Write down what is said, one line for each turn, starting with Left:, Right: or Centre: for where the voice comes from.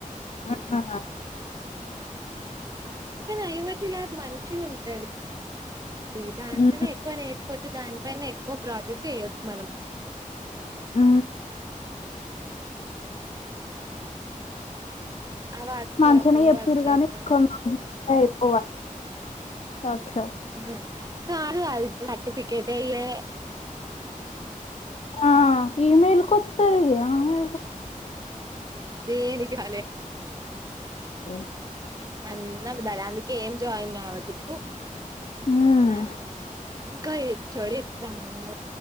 Left: అ ఆ
Right: ఎవ్వే యువతి ల్యాబ్ మంచిగుంటది. ఈ డాన్స్
Left: మ్మ్
Right: అనే ఎక్కువ నేర్చ్ వోచ్చు దానిపైన ఎక్కువ ప్రాజెక్ట్ చేయొచ్చు మనం
Left: ఊ
Right: ఆ వర్క్
Left: మంచిగనే
Right: షాప్
Left: జెప్పిర్రు
Right: అట్లా
Left: గనీ
Right: ఇట్లా కూడా
Left: కొన్ని రోజు లయి పోవాలి సాక్ష్యం
Right: ఊ నాను గాదు సర్టిఫికట్ ఎయ్యే
Left: ఆ ఇ మేల్ కొత్తది ఆ మే
Right: దేనికి రాలే
Left: ఉ
Right: అన్ అబద్ధాలే అందుకే ఏం జాయిన్ గావద్ధు తు
Left: మ్మ్
Right: ఆ ఇంకా ఏక్ చొడే ఎత్లా ఆమో